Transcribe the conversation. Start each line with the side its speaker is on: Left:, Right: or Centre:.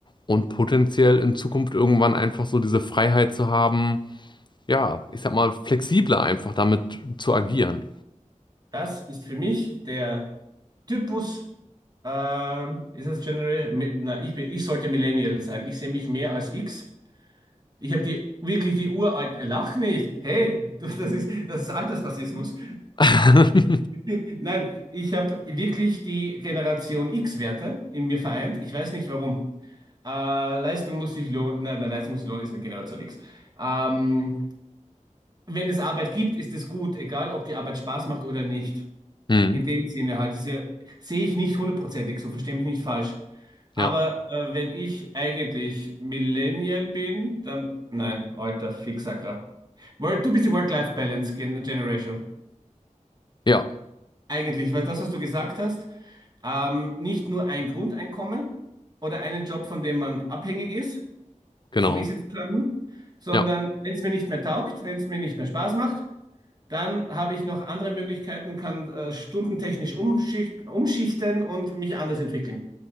Left: und potenziell in Zukunft irgendwann einfach so diese Freiheit zu haben, ja, ich sag mal flexibler einfach damit zu agieren.
Right: Das ist für mich der Typus, ähm, ist das General, Mi- na, ich bin, ich sollte Millennial sein. Ich sehe mich mehr als X. Ich habe die, wirklich die uralten, lach nicht. Hey, das, das ist, das ist Altersrassismus.
Left: <laughs>
Right: <laughs> Nein, ich habe wirklich die Generation X-Werte in mir vereint. Ich weiß nicht warum. Äh, Leistung muss sich lohnen. Nein, nein, Leistung muss sich lohnen, ist eine Generation X. Ähm, wenn es Arbeit gibt, ist es gut, egal ob die Arbeit Spaß macht oder nicht.
Left: Hm,
Right: In dem Sinne halt, diese sehe ich nicht hundertprozentig, so verstehe mich nicht falsch. Aber
Left: ja,
Right: äh, wenn ich eigentlich Millennial bin, dann nein, alter Fixacker. Work, du bist die Work-Life-Balance Gen- Generation.
Left: ja,
Right: Eigentlich, weil das, was du gesagt hast, ähm, nicht nur ein Grundeinkommen oder einen Job, von dem man abhängig ist,
Left: genau.
Right: so wie ich es jetzt plane, sondern
Left: Ja,
Right: wenn es mir nicht mehr taugt, wenn es mir nicht mehr Spaß macht. Dann habe ich noch andere Möglichkeiten, kann äh, stundentechnisch umschicht, umschichten und mich anders entwickeln.